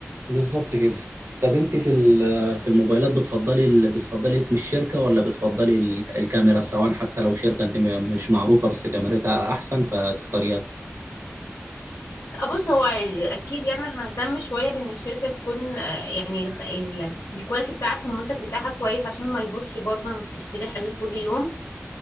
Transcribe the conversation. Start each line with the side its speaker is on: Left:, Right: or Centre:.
Right: بالظبط كده طب انت في ال- في الموبايلات بتفضلي ال... بتفضلي اسم الشركه ولا بتفضلي ال- الكاميرا سواء حتى لو شركه انت م- مش معروفه بس كاميرتها احسن فتختاريها
Left: بص هو اكيد يعني ههتم شويه بان الشركه تكون آه، يعني الخ- ال- الكواليتي بتاعه المنتج بتاعها كويس عشان ما يبصش برضه انا مش بشتري حاجه كل يوم